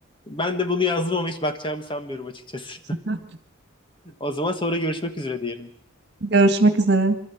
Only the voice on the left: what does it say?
ben de bunu yazdım ama hiç bakacağımı sanmıyorum açıkçası.
O zaman sonra görüşmek üzere diyelim.